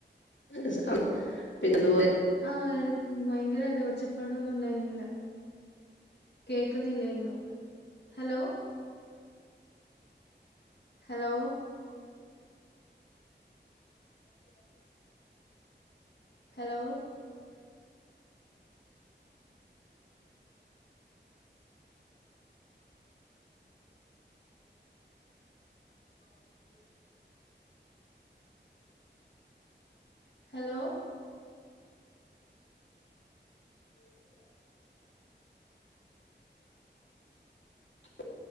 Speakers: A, on the left; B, on the left.
A: <unintelligible> പിന്നെതുപോലെ
B: ആഹ് എ ഭയങ്കര ഇത് ഒച്ചപ്പാടൊന്നും ഉണ്ടായുന്നില്ല കേക്കുന്നില്ലെയ്ന്നു ഹലോ ഹെലോ ജിവ്വ്വ് ഹലോ ആ ഹലോ ആഹ്മ്
A: ഇജ്ജ്